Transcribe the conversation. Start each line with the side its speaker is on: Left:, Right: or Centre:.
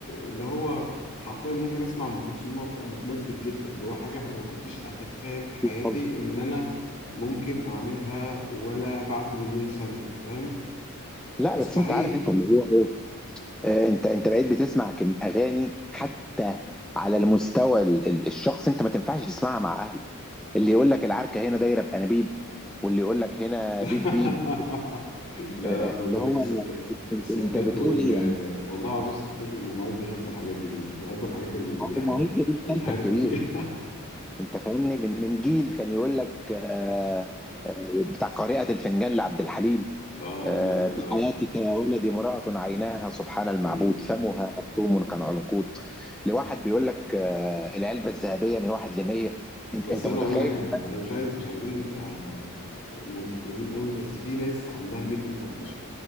Left: اللي هو حرفيا ممكن أسمع أم كلثوم وأبقى متمزج جدا اللي هو حاجة ما كنتش أتخيل في حياتي
Centre: طب
Left: إن أنا ممكن أعملها ولا بعد مليون سنة فاهم
Centre: لا
Left: مستحيل
Centre: بس انت عارف انت اللي هو ايه آه، انت انت بقيت بتسمع كم اغاني حتى على المستوى ال- ال- الشخص انت ما تنفعش تسمعها مع اهلك اللي يقول لك العركه هنا دايره بانابيب واللي يقول لك هنا
Left: <laughs>
Centre: بيب بيب
Left: لا
Centre: آه،
Left: لا خد
Centre: اللي
Left: بالك
Centre: هو
Left: الستات
Centre: انت
Left: الستات
Centre: أنت بتقول
Left: وال
Centre: ايه يعني
Left: والله العظيم الستات والأمهات بيحبوا الحاجات دي جدا بيحبوا الحاجات اله...
Centre: ما هو ما هو هي دي الكارثه
Left: الهرت
Centre: الكبيره
Left: دي <laughs>
Centre: انت فاهمني من من جيل كان يقول لك آه، آه، بتاع قارئة الفنجان لعبد الحليم
Left: اه
Centre: آه،
Left: لا لا لا
Centre: بحياتك يا ولدي امرأة عيناها سبحان المعبود
Left: إيه.
Centre: فمها مكتوم كالعنقود لواحد بيقول لك آه، العلبة الذهبية من واحد لمية انت
Left: بس
Centre: انت
Left: انا
Centre: متخيل
Left: اقول لك حاجه انا مش عايز مش عايزين نبقى منتقدين قوي بس في ناس عندها ميل للفرفشه